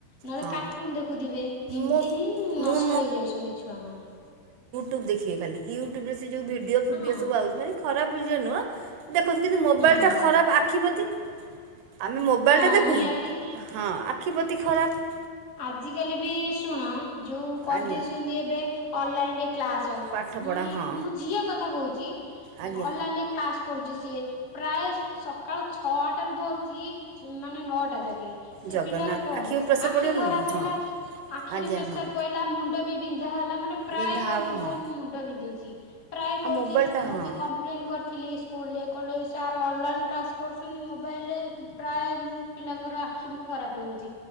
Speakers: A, on the left (about 45°); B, on the right (about 75°).
A: ନହେଲେ
B: ହଁ
A: କାର୍ଟୁନ ଦେଖୁଥିବେ ଏମିତି
B: ମୋ
A: ହିଁ
B: ମୁଁ
A: ନଷ୍ଟ ହେଇଯାଉଛନ୍ତି। ଛୁଆ ମାନେ।
B: ଦେଖେବେ ଖାଲି ୟୁଟ୍ୟୁବ ରେ ସେ ଯୋଉ ଭିଡିଓ ଫିଡିଓ
A: ହଁ।
B: ସବୁ ଆଉଛି ମାନେ ଖରାପ ଭିଡିଓ ନୁହଁ। ଦେଖନ୍ତୁ କିନ୍ତୁ ମୋବାଇଲ
A: ହୁଁ
B: ଟା
A: ହୁଁ
B: ଖରାପ ଆଖିିପ୍ରତି। ଆମେ ମୋବାଇଲଟା
A: ହଁ
B: ଦେଖୁଛୁ।
A: ନିହାତି
B: ହଁ ଆଖି ପ୍ରତି ଖରାପ।
A: ଆଜିକାଲି ବି ଶୁଣ ଯୋଉ କରିଦେଇଛନ୍ତି
B: ଆଜ୍ଞା
A: ଏବେ ଅନଲାଇନରେ କ୍ଲାସ
B: ପାଠପଢ଼ା
A: ମାନେ
B: ହଁ
A: ମୁଁ ଝିଅ କଥା କହୁଛି ଅନଲାଇନ
B: ଆଜ୍ଞା
A: ରେ କ୍ଲାସ କରୁଛି ସିଏ। ପ୍ରାୟ ସକାଳ ଛଅଟାରେ ଧରୁଛି ମାନେ ନଅଟା ଯା କେ ସେ
B: ଜଗନ୍ନାଥ
A: ପିଲାର କଣ
B: ଆଖି ଉପରେ
A: ସେ
B: ପ୍ରେସର୍
A: ଆଖି
B: ପଡ଼ିବ
A: ଖରାପ
B: ନା ନାହିଁ ହଁ
A: ହେଲା ଆଖିରେ
B: ଆଜ୍ଞା
A: ପ୍ରେସର
B: ହଁ
A: ପଇଲା ମୁଣ୍ଡ ବି ଯାହାହେଲା ମାନେ ପ୍ରାୟ
B: ବିନ୍ଧା
A: କହୁଛି
B: ହେବ
A: ବୋଉ
B: ହଁ
A: ମୋ ମୁଣ୍ଡ ବିନ୍ଧୁଛି। ପ୍ରାୟ
B: ଆଉ
A: କହୁଛି।
B: ମୋବାଇଲଟା
A: ମୁଁ
B: ହଁ
A: ବି କମ୍ପ୍ଲେନ କରିଥିଲି ସ୍କୁଲରେ। କଲେ ସାର୍ ଅନଲାଇନ୍ କ୍ଲାସ୍ କରୁଛନ୍ତି ମୋବାଇଲରେ। ପ୍ରାୟ ମୁଁ ପିଲାଙ୍କର ଆଖି ବି ଖରାପ ହେଉଛି।